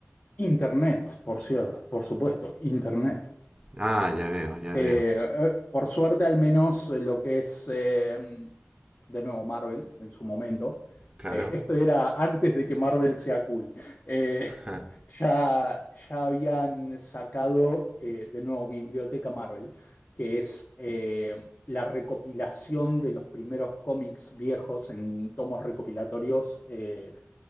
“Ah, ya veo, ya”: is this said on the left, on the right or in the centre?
Right